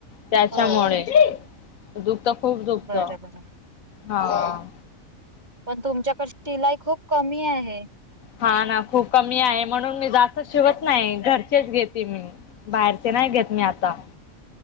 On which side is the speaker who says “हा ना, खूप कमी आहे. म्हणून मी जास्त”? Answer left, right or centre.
Left